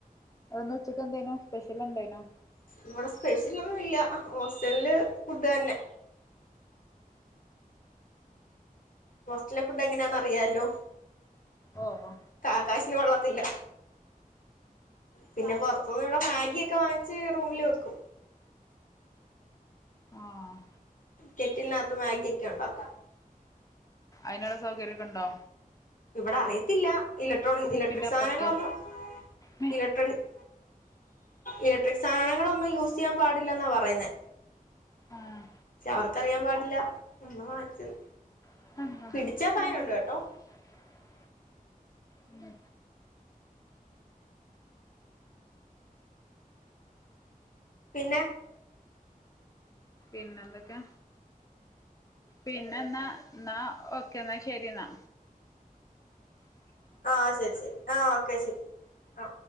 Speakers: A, on the left; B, on the left.
A: ഇന്ന് ഉച്ചക്ക് എന്തേനു സ്പെഷ്യൽ ഉണ്ടേനോ?
B: ഇവിടെ സ്പെഷ്യലൊന്നു ഇല്ല ഹോസ് റ്റല്ല് ഫുഡ് തന്നെ ഹോസ്റ്റലെ ഫുഡ് എങ്ങനാന്ന് അറിയാലോ
A: ഓ ഓ
B: കാക്കാശിന് കൊള്ള ത്തില്ല പിന്നെ പൊറത്തൂന്ന് ഇവടെ മേഗി ഒക്കെ വാങ്ങിച്ച് റൂമില് വെക്കും
A: ആഹ്
B: കെറ്റിലിനാത്ത് മാഗി ഒക്കെ ഒണ്ടാക്കും.
A: ഐനിള്ള സൗകര്യക്കെണ്ടോ?
B: ഇവിടെ അറിയത്തില്ല ഇലക്ട്രോണിക്
A: കുപ്പിന്റെ
B: ഇലക്ട്രിക് സാധനങ്ങളൊന്നും
A: അപ്പുറത്ത് മേ
B: ഇലക്ട്രോണിക് ഇലക്ട്രിക് സാധനങ്ങളൊന്നും യൂസ് ചെയ്യാൻ പാടില്ലെന്നാ പറയുന്നേ
A: ആഹ്
B: പക്ഷെ അവർക്കറിയാൻ പാടില്ല ഞങ്ങള് വാങ്ങിച്ചത്
A: <inaudible>
B: പിടിച്ചാ ഫൈനുണ്ട് കേട്ടോ
A: മ്
B: പിന്നെ
A: പിന്നെ എന്തൊക്കെ പിന്നെന്നാ ന്നാ ഓക്കേ ന്നാ ശെരി ന്നാ <inaudible>
B: ആ ശരി ശരി ആഹ് ഓക്കെ ശരി ആ